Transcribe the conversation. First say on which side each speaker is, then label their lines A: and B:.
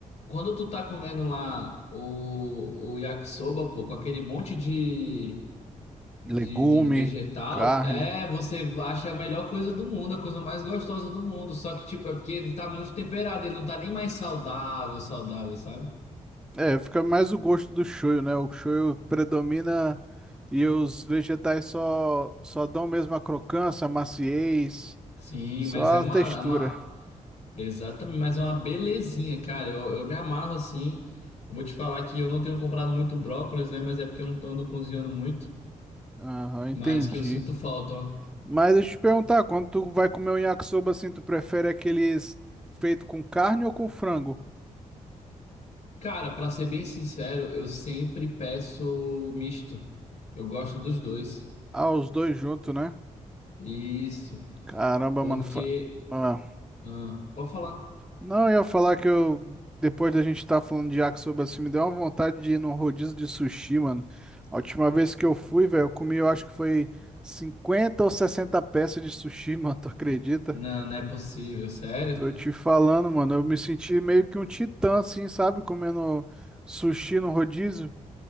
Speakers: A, on the left; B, in the centre.
A: quando tu tá comendo lá o, o yakisoba, pô, com aquele monte de. de,
B: legume,
A: de vegetal,
B: carne.
A: é, você acha a melhor coisa do mundo, a coisa mais gostosa do mundo. Só que, tipo, é porque ele tá muito temperado, ele não tá nem mais saudável, saudável, sabe?
B: É, fica mais o gosto do shoyu, né? O shoyu predomina e os vegetais só só dão mesmo a crocância, a maciez,
A: Sim,
B: só
A: mas é uma,
B: a textura.
A: é uma, exatamente, mas é uma belezinha, cara. Eu, eu me amarro assim. Eu vou te falar que eu não tenho comprado muito brócolis, né? Mas é porque eu não ando cozinhando muito.
B: Aham, entendi.
A: Mas que eu sinto falta, ó.
B: Mas deixa eu te perguntar, quando tu vai comer um yakisoba assim, tu prefere aqueles feito com carne ou com frango?
A: Cara, pra ser bem sincero, eu sempre peço misto. Eu gosto dos dois.
B: Ah, os dois juntos, né?
A: Isso,
B: Caramba,
A: porque
B: mano. fa- Ah.
A: Ah, pode falar.
B: Não, eu ia falar que eu, depois da gente estar falando de yakisoba assim, me deu uma vontade de ir num rodízio de sushi, mano. A última vez que eu fui, velho, eu comi, eu acho que foi 50 ou 60 peças de sushi, <laughs> mano, tu acredita?
A: Não, não é possível, sério?
B: Tô te falando, mano, eu me senti meio que um titã, assim, sabe? Comendo sushi no rodízio.